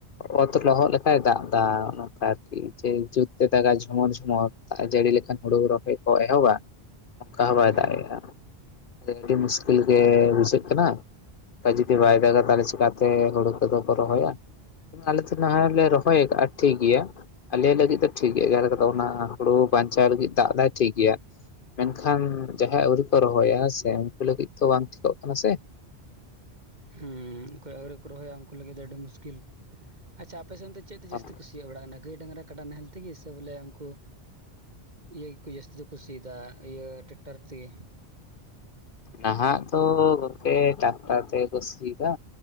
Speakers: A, on the left; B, on the right.
A: ᱚᱛ ᱞᱚᱦᱚᱫ ᱞᱮᱠᱟᱭ ᱫᱟᱜ ᱫᱟ ᱚᱱᱠᱟ ᱟᱨᱠᱤ ᱡᱮ ᱡᱩᱛ ᱛᱮ ᱫᱟᱜ-ᱟ᱾ ᱡᱷᱚᱢᱚᱨ ᱡᱷᱚᱢᱚᱨ ᱫᱟᱜ ᱡᱟᱹᱲᱤ ᱞᱮᱠᱷᱟᱱ ᱦᱩᱲᱩ ᱨᱚᱦᱚᱭ ᱠᱚ ᱮᱦᱚᱵᱟ ᱚᱱᱠᱟ ᱦᱚᱸ ᱵᱟᱭ
B: ᱦᱮᱸ
A: ᱫᱟᱜ ᱮᱜ-ᱟ᱾ ᱛᱟᱞᱮ ᱟᱹᱰᱤ ᱢᱩᱥᱠᱤᱞ ᱜᱮ ᱵᱩᱡᱷᱟᱹᱜ ᱠᱟᱱᱟ ᱚᱱᱠᱟ ᱡᱩᱫᱤ ᱵᱟᱭ ᱫᱟᱜ-ᱟ᱾ ᱛᱟᱦᱚᱞᱮ ᱪᱮᱠᱟᱛᱮ ᱦᱩᱲᱩ ᱠᱚᱫᱚ ᱠᱚ ᱨᱚᱦᱚᱭᱟ ᱟᱞᱮ ᱫᱚ ᱱᱟᱦᱟᱜ ᱞᱮ ᱨᱚᱦᱚᱭ ᱟᱠᱟᱜ-ᱟ᱾ ᱴᱷᱤᱠ ᱜᱮᱭᱟ ᱟᱞᱮ ᱞᱟᱹᱜᱤᱫ ᱫᱚ ᱴᱷᱤᱠ ᱜᱮᱭᱟ ᱚᱱᱟ ᱦᱩᱲᱩ ᱵᱟᱧᱪᱟᱣ ᱞᱟᱹᱜᱤᱫ ᱫᱟᱜ ᱫᱟᱭ ᱴᱷᱤᱠ ᱜᱮᱭᱟ ᱢᱮᱱᱠᱷᱟᱱ ᱡᱟᱦᱟᱭ ᱟᱹᱣᱨᱤ ᱠᱚ ᱨᱚᱦᱚᱭᱟ ᱦᱮᱸ ᱥᱮ ᱩᱱᱠᱩ ᱞᱟᱹᱜᱤᱫ ᱛᱚ ᱵᱟᱝ ᱴᱷᱤᱠᱚᱜ ᱠᱟᱱᱟ ᱥᱮ
B: ᱦᱮᱸ ᱚᱠᱚᱭ ᱟᱹᱣᱨᱤ ᱠᱚ ᱨᱚᱦᱚᱭᱟ ᱩᱱᱠᱩ ᱞᱟᱹᱜᱤᱫ ᱫᱚ ᱟᱹᱰᱤ ᱢᱩᱥᱠᱤᱞ ᱟᱪᱪᱷᱟ ᱟᱯᱮ ᱥᱮᱱ ᱫᱚ ᱪᱮᱫ ᱛᱮ
A: ᱟᱨ
B: ᱡᱟᱥᱛᱤ ᱠᱚ ᱥᱤ ᱪᱮᱫ ᱚᱲᱟᱜ ᱨᱮᱱᱟᱜ ᱜᱟᱹᱭ ᱰᱟᱝᱨᱟ ᱠᱟᱰᱟ ᱱᱟᱦᱮᱞ ᱛᱮᱜᱮ ᱥᱮ ᱵᱚᱞᱮ ᱩᱱᱠᱩ ᱤᱭᱟᱹ ᱜᱮᱠᱚ ᱡᱟᱹᱥᱛᱤ ᱫᱚᱠᱚ ᱥᱤᱭ ᱫᱟ ᱤᱭᱟᱹ ᱴᱮᱠᱴᱟᱨ ᱛᱮᱜᱮ
A: ᱱᱟᱦᱟᱜ ᱫᱚ ᱜᱚᱝᱠᱮ ᱴᱟᱠᱴᱟᱨ ᱛᱮᱜᱮ ᱠᱚ ᱥᱤ ᱫᱟ